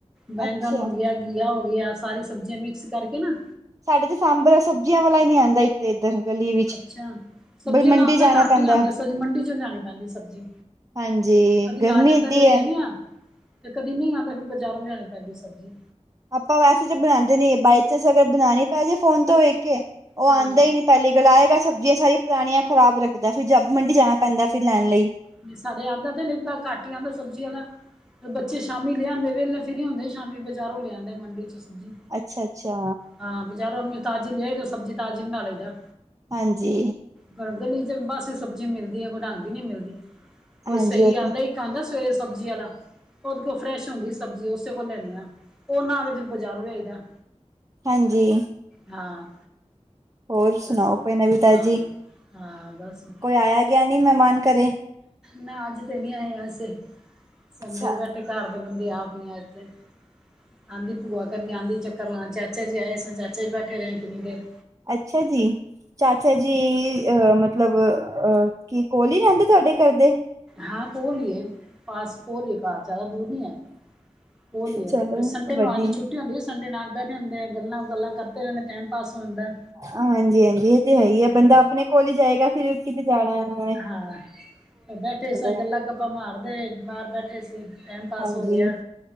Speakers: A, in the centre; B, on the right.
A: ਬੈਗਨ
B: ਅੱਛਾ
A: ਹੋ ਗਿਆ ਘੀਆ ਹੋ ਗਿਆ ਸਾਰੀ ਸਬਜ਼ੀਆਂ ਮਿਕਸ ਕਰਕੇ ਨਾ
B: ਸਾਡੇ ਤੇ ਸਾਂਬਰ ਸਬਜ਼ੀਆਂ ਵਾਲਾ ਨੀ ਆਉਂਦਾ ਤੇ ਇੱਧਰ ਗਲੀ ਵਿੱਚ
A: ਅੱਛਾ ਸਬਜ਼ੀਆਂ
B: ਬਈ ਮੰਡੀ
A: ਲਾਉਣਦਾ
B: ਜਾਣਾ
A: ਘੱਟ
B: ਪੈਂਦਾ
A: ਹੀ ਆਉਂਦਾ ਸ ਮੰਡੀ ਚ ਲੈਣੀ ਪੈਂਦੀ ਸਬਜ਼ੀ
B: ਹਾਂਜੀ
A: ਕਦੀ
B: ਗਰਮੀ
A: ਆ ਜਾਂਣਦਾ
B: ਏਦੀ
A: ਲੈ ਲੈਣੇ
B: ਹੈ
A: ਆ ਤੇ ਕਦੀ ਨਹੀਂ ਆਉਂਦਾ ਫਿਰ ਬਾਜ਼ਾਰੋਂ ਲਿਆਣੀ ਪੈਂਦੀ ਸਬਜ਼ੀ
B: ਆਪਾਂ ਵੈਸੇ ਚ ਬਣਾਉਂਦੇ ਨੀ ਬਾਈ ਚਾਂਸ ਅਗਰ ਬਣਾਉਣੀ ਪੈ ਜੇ ਫੋਨ ਤੋਂ ਵੇਖ ਕੇ ਉਹ ਆਉਂਦਾ
A: ਹਾਂ
B: ਹੀ ਨੀ ਪਹਿਲੇ ਗੱਲ ਆਏਗਾ ਸਬਜ਼ੀਆਂ ਸਾਰੀ ਪੁਰਾਣੀਆਂ ਖਰਾਬ ਰੱਖਦਾ ਫਿਰ ਜ ਮੰਡੀ ਜਾਣਾ ਪੈਂਦਾ ਫਿਰ ਲੈਣ ਲਈ
A: ਨਹੀਂ ਸਾਡੇ ਆਉਂਦਾ ਤੇ ਲਦਾ ਘੱਟ ਹੀ ਆਂਦਾ ਸਬਜ਼ੀਆਂ ਦਾ ਬੱਚੇ ਸ਼ਾਮੀ ਲਿਆਂਦੇ ਵੇਲੇ ਫਰੀ ਹੁੰਦੇ ਸ਼ਾਮੀ ਬਜਾਰੌ ਲਿਆਂਦੇ ਮੰਡੀ ਚੋਂ ਸਬਜ਼ੀ
B: ਅੱਛਾ ਅੱਛਾ
A: ਹਾਂ ਬਾਜ਼ਾਰੋਂਨੂੰ ਤਾਜ਼ੀ ਲੈ ਲਓ ਸਬਜੀ ਤਾਜ਼ੀ ਮਨਾ ਲਈਦਾ
B: ਹਾਂਜੀ
A: ਬਣ ਗਲੀ ਚ ਬਸ ਸਬਜ਼ੀ ਮਿਲਦੀ ਹੈ ਕੋਈ ਡਾਂਗਦੀ ਨੀ ਮਿਲਦੀ। ਕੋਈ
B: ਹਾਂਜੀ
A: ਸਹੀ
B: ਉਹ
A: ਆਉਂਦਾ
B: ਤੇ
A: ਇਕ ਆਉਂਦਾ ਸਵੇਰੇ ਸਬਜ਼ੀ ਵਾਲਾ। ਉਹਦੇ ਕੋਲ ਫਰੈਸ਼ ਹੁੰਦੀ ਸਬਜ਼ੀ ਉਸੇ ਕੋਲ ਲੈਣੀ ਆ ਉਹ ਨਾ ਦੇ। ਬਜ਼ਾਰੋਂ ਲਾਈਦਾ
B: ਹਾਂਜੀ
A: ਹਾਂ।
B: ਹੋਰ
A: ਬਸ
B: ਸੁਣਾਓ ਕੋਈ ਨਵੀਂ ਤਾਜੀ
A: ਹਾਂ-ਹਾਂ ਬੱਸ।
B: ਕੋਈ ਆਇਆ ਗਿਆ ਨਹੀਂ ਮਹਿਮਾਨ ਘਰੇ।
A: ਨਾ ਅੱਜ ਤੇ ਨਹੀਂ ਆਇਆ ਸੀ ਸੰਡੇ
B: ਅੱਛਾ
A: ਬੈਠੇ। ਘਰ ਦੇ ਬੰਦੇ ਆਪ ਹੀ ਆ ਇੱਥੇ ਆਂਦੀ ਭੂਆ ਕਰੀ ਆਉਂਦੀ ਚੱਕ। ਕਰ ਲ ਚਾਚਾ ਜੀ ਆਏ ਸ ਚਾਚਾ ਜੀ ਬੈਠੇ ਰਹੇ ਕਿੰਨੀ ਦੇਰ।
B: ਅੱਛਾ ਜੀ ਚਾਚਾ ਜੀ ਅਹ ਮਤਲਬ ਅਹ ਕੀ ਕੋਲ ਹੀ ਰਹਿੰਦੇ ਤੁਹਾਡੇ। ਕਰਦੇ।
A: ਹਾਂ ਕੋਲੀਏ ਪਾਸ ਕੋਲੀਏ ਘਰ ਜ਼ਿਆਦਾ ਦੂਰ ਨਹੀਂ ਹੈ। ਕੋਲ ਹੀ ਹੈ
B: ਚਲੋ
A: ਫਿਰ ਸੰਡੇ ਨੂੰ
B: ਵਧੀਆ।
A: ਅੱਜ ਛੁੱਟੀ ਹੁੰਦੀ ਹੈ ਸੰਡੇ ਨਾਲ ਬੈਠੇ ਹੁੰਦੇ ਆ ਗੱਲਾਂ ਗੁੱਲਾਂ ਕਰਦੇ ਰਹਿੰਦੇ ਟਾਈਮ। ਪਾਸ ਹੁੰਦਾ।
B: ਹਾਂਜੀ-ਹਾਂਜੀ ਇਹ ਤੇ ਹੈ ਹੀ
A: ਹਾਂ,
B: ਹੈ ਬੰਦਾ ਆਪਣੇ ਕੋਲ ਹੀ ਜਾਏਗਾ ਫਿਰ ਕਿਤੇ ਜਾਣਾ ਆਣਾ।
A: ਹਾਂ ਬੈਠੇ ਸ
B: ਨੇ
A: ਗੱਲਾਂ ਗੱਪਾਂ ਮਾਰਦੇ ਬਾਹਰ ਬੈਠੇ ਸੀ। ਟਾਈਮ ਪਾਸ
B: ਹਾਂਜੀ
A: ਹੋ ਗਿਆ।